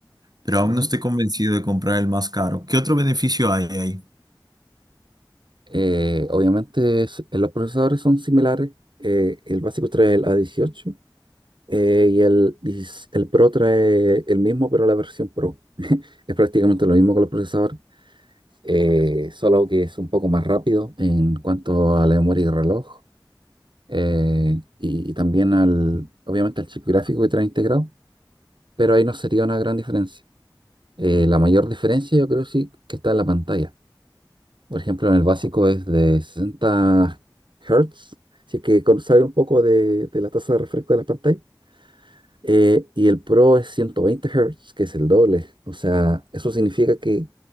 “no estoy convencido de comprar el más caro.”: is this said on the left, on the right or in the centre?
Right